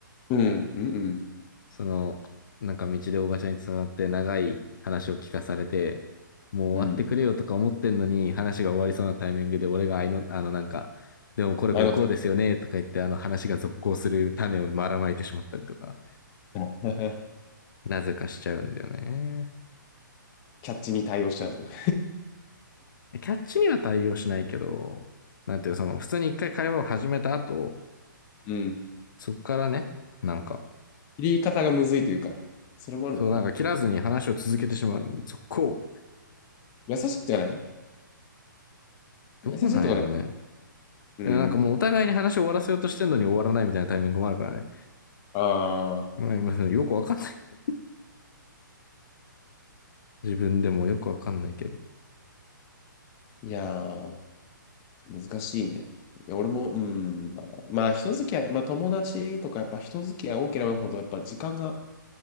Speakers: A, on the left; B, on the left.
A: うん。うんうん。
B: その、なんか道でおばちゃんに伝わって長い話を聞かされて、もう終わってくれよとか思ってんのに、
A: うん。
B: 話が終わりそうなタイミングで俺があいの、あのなんか、でもこれこれこうですよねとか言って、
A: あれだと、
B: あの話が続行する種をばらまいてしまったりとか、
A: <laughs>
B: なぜかしちゃうんだよね。
A: キャッチに対応しちゃうとか。
B: キャッチには対応しないけど、なんていうその、
A: <laughs>
B: 普通に一回会話を始めた後、
A: うん。
B: そこからね、なんか、
A: 切り方がむずいというか、それもあるのかな。
B: そうなんか切らずに話を続けてしまう。続行。
A: 優しいんじゃない
B: どうなんやろね。
A: 優しいとかで。うん。
B: いやなんかもうお互いに話を終わらせようとしてんのに終わらないみたいなタイミングもあるからね。
A: ああ。
B: まあ、今よくわかんない。自分でもよくわかんないけど。
A: いやー、難しいね。いや俺も、うん。まあ、まあ人付き合い、まあ、友達とか、やっぱ人付き合い多ければ多いほど、やっぱ時間が